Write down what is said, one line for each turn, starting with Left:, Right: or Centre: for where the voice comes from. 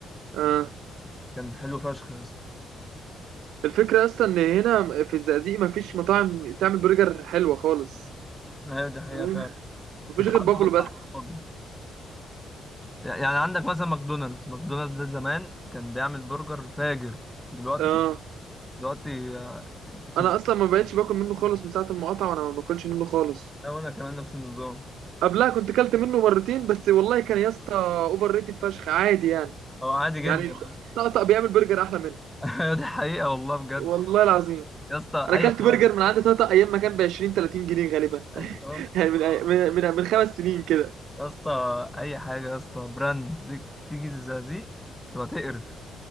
Right: آه.
Centre: كان حلو فشخ يا اسطى
Right: الفكرة أصلا إن هنا في الزقازيق مفيش مطاعم تعمل برجر حلوة خالص
Centre: ايوه دي حقيقة
Right: تمام؟
Centre: فعلا
Right: مفيش
Centre: اتعدى
Right: غير بافلو
Centre: بس
Right: بس
Centre: على الصحاب. يعني عندك مثلا ماكدونالدز ماكدونالدز ده زمان كان بيعمل برجر فاجر دلوقتي
Right: آه.
Centre: شوف دلوقتي آه، في
Right: أنا
Centre: الزمن
Right: أصلا ما بقتش باكل منه خالص من ساعة المقاطعة وأنا ما باكلش منه خالص
Centre: ده وانا كمان نفس النظام
Right: قبلها كنت كلت منه مرتين بس والله كان يا اسطى أوفر ريتد فشخ عادي يعني
Centre: هو عادي جدا
Right: يعني
Centre: يا اسطى
Right: طقطق بيعمل برجر أحلى منه
Centre: <laughs> أيوة دي حقيقة والله بجد
Right: والله العظيم
Centre: يا اسطى
Right: أنا
Centre: اي
Right: كلت
Centre: حاجة
Right: برجر من عند طقطق أيام ما كان ب 20 30 جنيه غالبا <laughs>
Centre: ايوه اه
Right: يعني من من من من خمس سنين كده
Centre: يا اسطى اي حاجة يا اسطى براند دي- تيجي لزقازيق تبقى تقرف